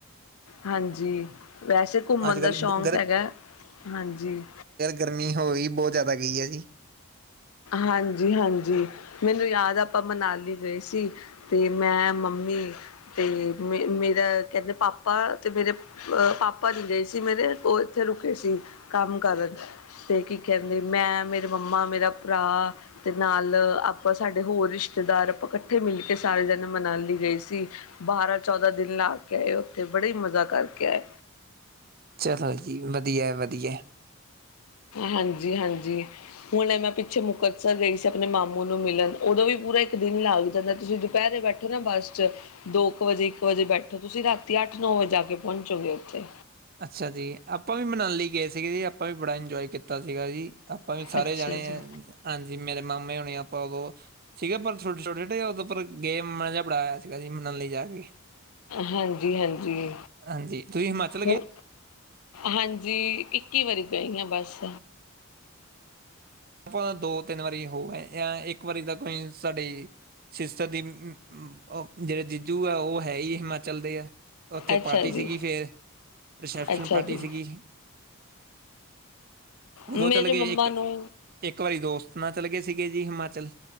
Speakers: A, on the left; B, on the right.
A: ਹਾਂਜੀ ਵੈਸੇ ਘੁੰਮਣ
B: ਅੱਜ
A: ਦਾ
B: ਕੱਲ੍ਹ
A: ਸ਼ੌਕ
B: ਗਰ
A: ਹੈਗਾ ਹਾਂਜੀ।
B: ਗਰਮੀ ਹੋਈ ਬਹੁਤ ਜਾਦਾ ਗਈ ਹੈ ਜੀ।
A: ਹਾਂਜੀ-ਹਾਂਜੀ ਮੈਨੂੰ ਯਾਦ ਆਪਾ ਮਨਾਲੀ ਗਏ ਸੀ। ਤੇ ਮੈਂ ਮੰਮੀ ਤੇ ਮੇਰਾ ਕਹਿੰਦੇ ਪਾਪਾ ਤੇ ਮੇਰੇ ਅਹ ਪਾਪਾ ਜੀ ਗਏ ਸੀ ਮੇਰੇ ਉਹ ਇੱਥੇ ਰੁਕੇ ਸੀ ਕੰਮ ਕਰਨ। ਤੇ ਕੀ ਕਹਿੰਦੇ ਮੈਂ ਮੇਰੇ ਮੰਮਾ, ਮੇਰਾ ਭਰਾ ਤੇ ਨਾਲ ਆਪਾਂ ਸਾਡੇ ਹੋਰ ਰਿਸ਼ਤੇਦਾਰ ਆਪਾ ਕ ਠੇ ਮਿਲ ਕੇ ਸਾਰੇ ਜਾਣੇ ਮਨਾਲੀ ਗਏ ਸੀ ਬਾਰਾਂ, ਚੌਦਾਂ ਦਿਨ ਲਾ ਕੇ ਆਏ ਉੱਥੇ ਬੜੇ ਹੀ ਮਜ਼ਾ ਕਰਕੇ ਆਏ।
B: ਚਲੋ ਜੀ ਵਧੀਆ-ਵਧੀਆ।
A: ਹਾਂਜੀ-ਹਾਂਜੀ। ਹੁਣੇ ਮੈਂ ਪਿੱਛੇ ਮੁਕਤਸਰ ਗਈ ਸੀ ਆਪਣੇ ਮਾਮੂ ਨੂੰ ਮਿਲਣ ਉਦੋਂ ਵੀ ਪੂਰਾ ਇੱਕ ਦਿਨ ਲੱਗ ਜਾਂਦਾ ਤੁਸੀ ਦੁਪਹਿਰੇ ਬੈ ਠੋ ਨਾ ਬੱਸ ਚ ਦੋ ਕੁ ਵਜੇ ਇੱਕ ਵਜੇ ਬੈਠੋ ਤੁਸੀਂ ਰਾਤੀ ਅੱਠ, ਨੌ ਵਜੇ ਜਾ ਕੇ ਪਹੁੰਚੋਗੇ ਉੱਥੇ।
B: ਅੱਛਾ ਜੀ ਆਪਾਂ ਵੀ ਮਨਾਲੀ ਗਏ ਸੀਗੇ ਜੀ ਆਪਾਂ ਵੀ ਬੜਾ ਇੰਜੋਏ ਕੀਤਾ ਸੀਗਾ ਜੀ। ਆਪਾਂ ਵੀ ਸਾਰੇ
A: ਅੱਛਾ
B: ਜਾਣੇ
A: ਜੀ।
B: ਹਾਂਜੀ ਮੇਰੇ ਮਾਮੇ ਹੋਣੇ ਆਪਾਂ ਉਦੋਂ। ਸੀਗਾ ਪਰ ਛੋਟੇ ਛੋਟੇ ਉਦੋਂ ਗਏ ਮਜ਼ਾ ਬੜਾ ਆਇਆ ਸੀਗਾ ਸੀ ਮਨਾਲੀ ਜਾ ਕੇ।
A: ਹਾਂਜੀ ਹਾਂਜੀ
B: ਹਾਂਜੀ ਤੁਸੀਂ ਹਿਮਾਚਲ ਗਏ
A: ਹੂੰ। ਹਾਂਜੀ ਇੱਕੀ ਵਾਰੀ ਗਈ ਹਾਂ ਬਸ।
B: ਆਪਾਂ ਤਾਂ ਦੋ ਤਿੰਨ ਵਾਰੀ ਹੋਰ ਗਏ ਆਂ ਇੱਕ ਵਾਰੀ ਤਾਂ ਗਏ ਸਾਡੇ। ਜਿਸ ਤਰ੍ਹਾਂ ਦੀ ਉਹ ਜਿਹੜੇ ਜੀਜੂ ਆ ਉਹ ਹੈ ਹੀ ਹਿਮਾਚਲ ਦੇ ਆ। ਉੱਥੇ
A: ਅੱਛਾ
B: ਪਾਰਟੀ
A: ਜੀ,
B: ਸੀਗੀ ਫਿਰ ਰਿਸੈਪਸ਼ਨ
A: ਅੱਛਾ
B: ਪਾਰਟੀ
A: ਜੀ
B: ਸੀਗੀ। ਉਦੋਂ
A: ਮੇਰੇ
B: ਚਲੇ ਗਏ,
A: ਮੰਮਾ
B: ਇੱਕ
A: ਨੂੰ
B: ਇੱਕ ਵਾਰੀ ਦੋਸਤ ਨਾਲ ਚੱਲ ਗਏ, ਸੀਗੇ ਜੀ ਹਿਮਾਚਲ।